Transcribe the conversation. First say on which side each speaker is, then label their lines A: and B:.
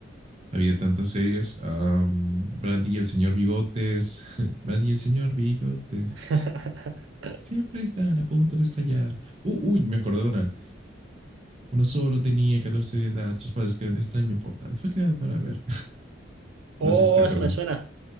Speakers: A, on the right; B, on the right.
A: Había tantas series. Um, Brandy y el señor Bigotes. <laughs> Brandy y el señor Bigotes.
B: <laughs>
A: Siempre están a punto de estallar. Uh, uy, me acordé de una. Uno solo tenía 14 de edad, sus padres crean extraño portal. Fue creado para ver.
B: Oh,
A: No sé si te acuerdas.
B: eso me suena.